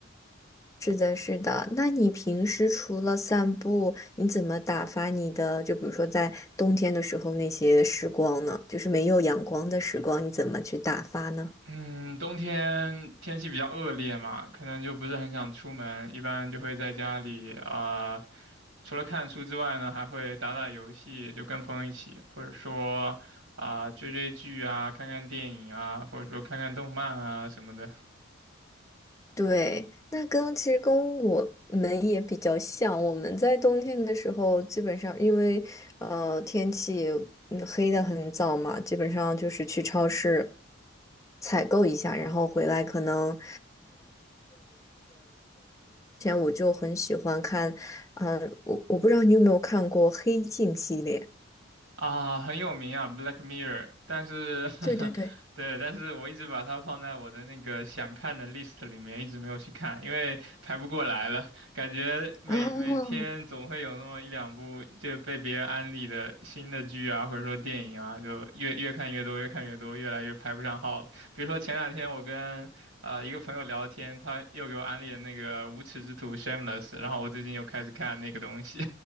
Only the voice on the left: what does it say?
是的，是的。那你平时除了散步，你怎么打发你的？就比如说在冬天的时候那些时光呢？就是没有阳光的时光，你怎么去打发呢？
对，那跟其实跟我们也比较像。我们在冬天的时候，基本上因为呃天气嗯黑的很早嘛，基本上就是去超市采购一下，然后回来可能我就很喜欢看，啊，我我不知道你有没有看过《黑镜》系列
对对对，
哦